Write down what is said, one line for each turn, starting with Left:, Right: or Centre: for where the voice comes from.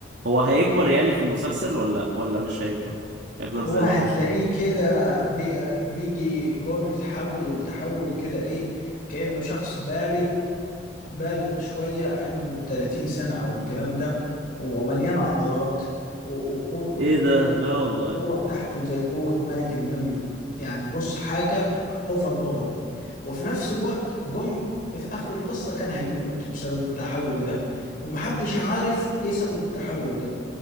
Right: هو هيكبر يعني في المسلسل ولا ولا مش هيكبر هيفضل
Left: هو
Right: زي
Left: هتلاقيه
Right: ما هو
Left: كده بي بيجي جون يتحول التحول كده ايه كأنه شخص بالغ بالغ شوية عنده 30 سنة او الكلام ده ومليان عضلات و- وقو- والقوة
Right: ايه ده لا والله
Left: القوة بتاعته زي قوة ملك النمل يعني بص حاجة اوفر باور وفي نفس الوقت جون في آخر القصة كان هيموت بسبب التحول ده ومحدش عارف ايه سبب التحول ده